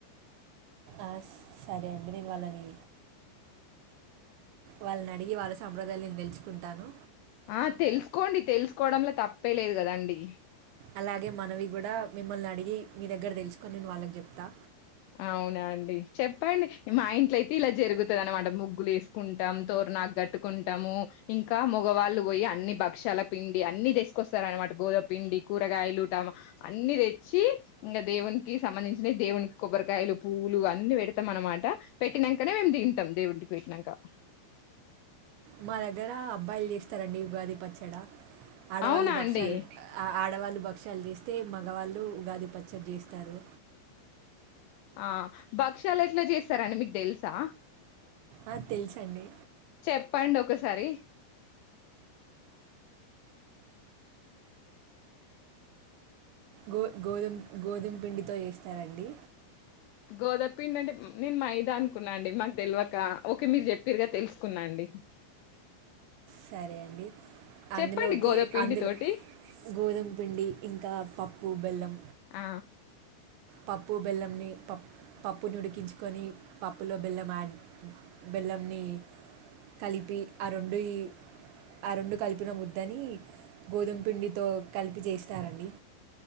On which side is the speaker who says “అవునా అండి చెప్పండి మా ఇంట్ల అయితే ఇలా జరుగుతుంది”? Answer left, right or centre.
Left